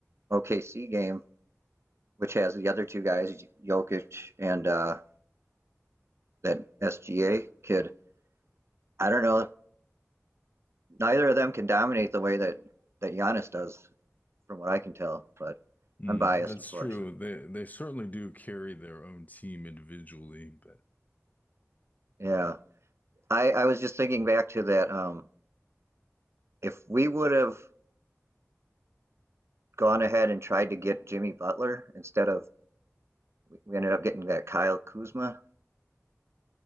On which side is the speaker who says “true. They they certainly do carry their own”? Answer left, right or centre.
Left